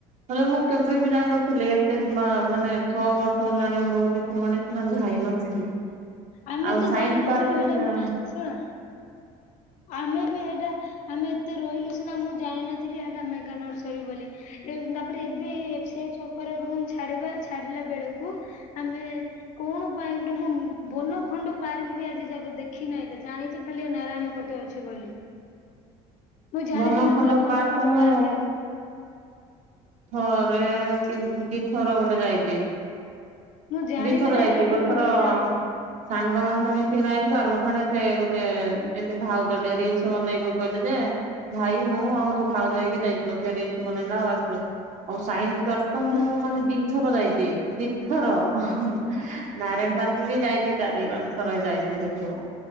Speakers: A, on the right; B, on the left.
A: ହେଲେ ମୁଁ କେବେ ବି ଯାଇ ନଥିଲି ଏତେତ ମାନେ ଛଅ ବର୍ଷ ହେଲାଣି ମୁଁ ରହୁଚି ଫୁଲବାଣୀରେ ସିନା ଯାଇ ନଥିଲି।
B: ଆମେ
A: ଆଉ
B: ତ
A: ସାଇନ୍ସ
B: ଜାଣିନଥିଲୁ
A: ପାର୍କ
B: ସେଇଟା
A: ହୁଁ।
B: ଶୁଣ ଆମେ ବି ସେଟା ଆମେ ଏତେ ରହିଲୁ ସିନା ମୁଁ ଜାଣିନଥିଲି ସେଟା ମେଗା ନର୍ସରୀ ବୋଲି ତାପରେ ଏବେ ଏଫ ସି ଆଇ ଛକରେ ରୁମ୍ ଛାଡ଼ିବା ଅଛି ଛାଡିଲା ବେଳକୁ ଆମେ କଣ ପାଇଁ ଗୋଟେ ମୁଁ ବନ ଖଣ୍ଡ ପାର୍କ ବି ଆଜି ଯାକ ଦେଖି ନାହିଁ ଜାଣିଛି ଖାଲିଆ ନାରାୟଣୀ ପଟ ଅଛି ବୋଲି ମୁଁ ଜାଣିବି
A: ବନଖଣ୍ଡ
B: ନଥିଲି ବନଖଣ୍ଡ
A: ମୁଁ
B: ପାର୍କ
A: ଥରେ କି ଦିଥର ଗୋଟେ ଯାଇଛି।
B: ମୁଁ ଜାଣିବି
A: ଦିଥର
B: ନାହିଁ
A: ଯାଇଛି
B: ସେଟା କୋଉ
A: ଗୋଟେ
B: ପଟେ
A: ଥର
B: ଥାଏ
A: ସାଙ୍ଗ ମାଙ୍ଗେ ମିଶିକି ନାଇଥିଲୁ ଆ ଗୋଟେଣେ ସେ ଗୋଟେ ଏମିତି ଭାଉଜ ଟେ ରିଲସ ବନେଇବୁ କହିଲେ ଯେ ଭାଇ ମୁଁ ଆଉ ସେ ଭାଉଜ ହେଇକି ଯାଇଥିଲୁ ସେ ରିଲିସ ବାନେଇଲା ଆଉ ଆସିଲୁ ଆଉ ସାଇନ୍ସସି ପାର୍କ
B: ହୁଁ
A: ତ ମୁଁ
B: ହୁଁ।
A: ମାନେ ଦି ଦି ଥର ଯାଇଛି ଦିଥର <unintelligible> ନାରାୟଣ ପାର୍କ ବି ଯାଇଛି ଚାରି ପା <unintelligible> ଯାଇଛି ସେଠୁ।